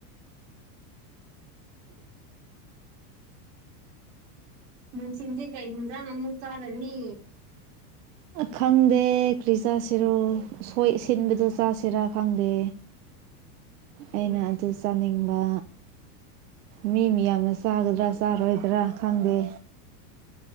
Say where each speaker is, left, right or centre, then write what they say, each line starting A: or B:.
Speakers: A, on the right; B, on the right.
A: ꯍ ꯃ ꯁꯤꯤꯟꯖꯦ ꯀꯥꯏꯖꯉꯃꯨ ꯇꯥꯔꯅꯤ
B: ꯈꯪꯗꯦ ꯀ꯭ꯔꯤꯖ ꯁꯤꯔꯣ ꯍꯣꯏ ꯁꯤꯟꯕꯗ ꯆꯥꯁꯤꯔꯥ ꯈꯪꯗꯦ
A: ꯎꯝ
B: ꯑꯩꯅ ꯑꯗꯨ ꯆꯥꯅꯤꯡꯕ ꯃꯤ ꯃꯤ ꯌꯥꯝꯅ ꯆꯥꯒꯗ꯭ꯔꯥ ꯆꯥꯔꯣꯏꯗ꯭ꯔꯥ ꯈꯪꯗꯦ